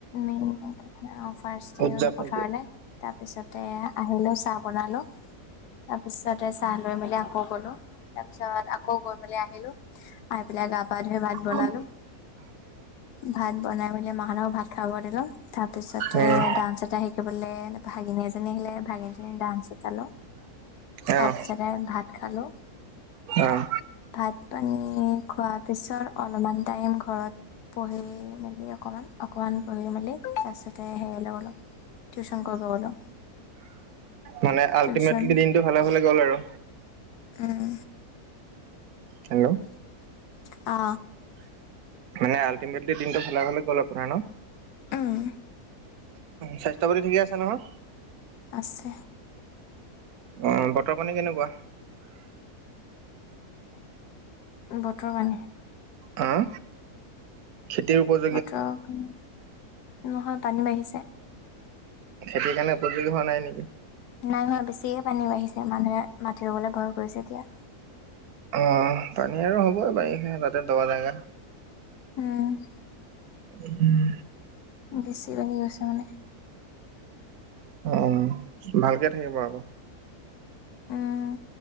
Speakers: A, on the left (about 80°); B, on the right (about 75°).
A: মেইন মেইন কথা অ ফাৰ্ষ্ট
B: উদযাপনটো।
A: আহিলো পথাৰলে তাৰপিছতে আহিলো চাহ বনালো তাৰ পিছতে চাহ লৈ মেলি আকৌ গ'লো তাৰ পিছত আ কৌ গৈ মেলি আহিলো, আহি পেলাই গা পা ধুই ভাত বনালো।
B: উম
A: ভাত বনাই মেলি মাহহতক ভাত খাব দিলো তাৰ পিছতে
B: উম
A: ডান্স এটা শি কিবলে ভাগিনী এজনী আহিলে, ভাগিনীজনিক ডান্স শিকালো
B: অহ
A: তাৰ পিছতে ভাত খালো।
B: অহ।
A: ভাত পানী খোৱা পিছত অলপমান টাইম ঘৰত পঢ়ি মেলি অকমান অ কমান পঢ়ি মেলি তাৰ পিছতে হেৰি গলো টিউচন কৰিব গলো।
B: মানে আল্টিমেটলি
A: টিউচন
B: দিনটো ভালে ভালে গ'ল আৰু।
A: উম।
B: হেল্ল'
A: অ
B: মানে আল্টিমেটলি দিনটো ভালে ভালে গ'লে আপোনাৰ ন
A: উম
B: স্বাস্থ্য বাতি ঠিকে আছে নহয়
A: আছে
B: অ বতৰ পানী কেনেকুৱা
A: বতৰ পান
B: অহ খেতিৰ ওপৰত
A: বতৰৰ পানী নহয় পানী বাঢ়িছে
B: খেতিৰ কাৰণে উপযোগী হোৱা নাই নেকি?
A: নাই হোৱা বেছিয়ে পানী বাঢ়িছে মানুহে মাটি ৰুবলৈ ভয় কৰিছে এতিয়া
B: অ পানী আৰু হ'বই বাৰিষা তাতে দ জেগা
A: উম
B: উহুম
A: বেছি বাঢ়ি গৈছে মানে
B: উম অ ভালকে থাকিব আকৌ
A: উম